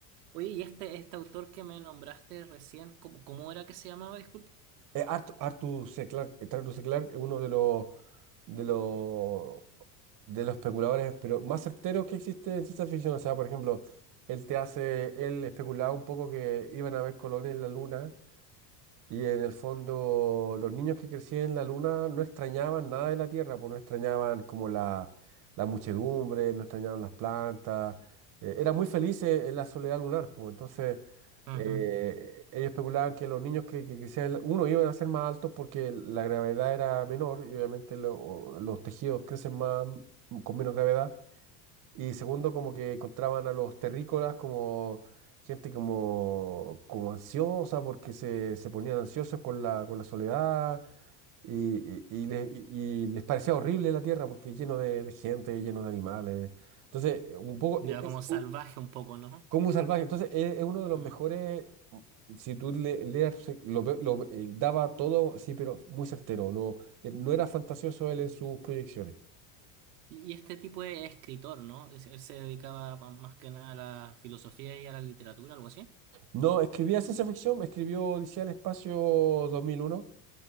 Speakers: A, on the right; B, on the right.
A: Oye, ¿y este, este autor que me nombraste recién, cómo, cómo era que se llamaba? Disculpa.
B: Eh, Art- Arthur C. Clarke, eh, Arthur C. Clarke es uno de los de los de los especuladores, pero más certeros que existe en ciencia ficción. O sea, por ejemplo, él te hace, él especulaba un poco que iban a haber colonias en la luna Y en el fondo, los niños que crecían en la luna no extrañaban nada de la Tierra, pues no extrañaban como la, la muchedumbre, no extrañaban las plantas, eh, eran muy felices en la soledad lunar, pues entonces
A: Ujú.
B: eh, ellos especulaban que los niños que, que crecían, en la- uno, iban a ser más altos porque la gravedad era menor y obviamente lo- los tejidos crecen más con menos gravedad. Y segundo, como que encontraban a los terrícolas como gente como, como ansiosa, porque se, se ponían ansiosos con la, con la soledad y, y, y les, y- y les parecía horrible la tierra porque lleno de, de gente, lleno de animales. Entonces, eh, un poco
A: Ya
B: eh, es
A: como salvaje
B: u-
A: un poco, ¿no?
B: como un salvaje. Entonces, es, es uno de los
A: Mm.
B: mejores. mm, Si tú le, leas, eh, lo, ve- lo, eh, daba todo, sí, pero muy certero. No, eh, no era fantasioso él en sus proyecciones.
A: Y y este tipo de escritor, ¿no? Es- Él se dedicaba pa- más que nada a la filosofía y a la literatura, algo así.
B: No, escribía ciencia ficción, escribió Odisea del Espacio 2001.